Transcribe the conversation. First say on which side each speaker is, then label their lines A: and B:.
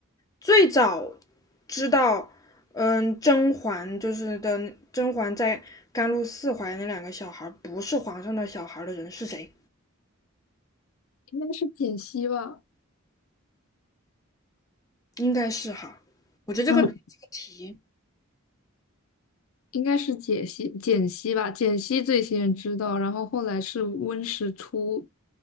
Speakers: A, on the left; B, on the left.
A: 最早知道，嗯，甄嬛就是的，甄嬛在甘露寺怀的那两个小孩儿不是皇上的小孩儿的人是谁？
B: 应该是简溪吧，
A: 应该是哈，我觉得这个这个题，
B: 嗯，应该是解析简溪吧，简溪最先知道，然后后来是温实初